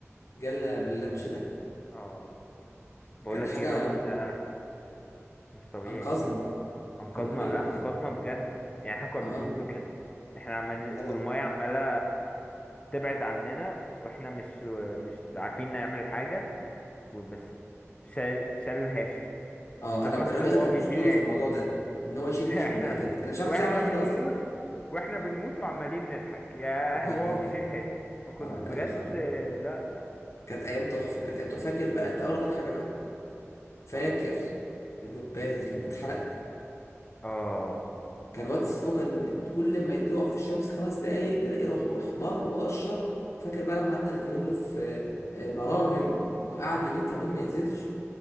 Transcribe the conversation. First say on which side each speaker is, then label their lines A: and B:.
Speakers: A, on the left; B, on the left.
A: جالنا باللانش ده
B: اه بقول
A: كان
B: لك
A: حاجة
B: ايه الراجل ده مش طبيعي
A: أنقذنا
B: انقذنا
A: كان راجل
B: لا
A: كان
B: انقذنا بجد يعني احنا كنا
A: اه
B: بنموت بجد احنا عمال
A: حاجة-
B: والميه عماله تبعد عننا واحنا مش مش عارفين نعمل حاجه وبس شال شال هاشم
A: اه
B: افتكرت
A: انا الراجل
B: وهو
A: ده كان
B: بيشيل
A: اسطوري
B: هاشم
A: في الموضوع ده ان هو يشيل
B: <laughs>
A: هاشم
B: احنا
A: ده كان... انا مش عارف
B: واحنا
A: ازاي عمل
B: بنموت
A: كده اصلا
B: واحنا
A: اه
B: بنموت وعمالين نضحك يا
A: لا
B: <laughs> وهو
A: لا
B: بيشيل
A: لا
B: هاشم ما كنت
A: اه لا
B: بجد
A: يا خرابي
B: لا لا
A: كانت ايام تحفة كانت ايام تحفة فاكر بقى تعالى اقول لك حاجة بقى فاكر
B: اه
A: الواد باهر لما اتحرق
B: اه
A: كان واد سيس او كان كل ما يقف في الشمس خمس دقايق نلاقيه روح احمر وقشر فاكر بقى لما قعدنا ندهن له في آه، مراهم وقعد يومين كاملين ما ينزلش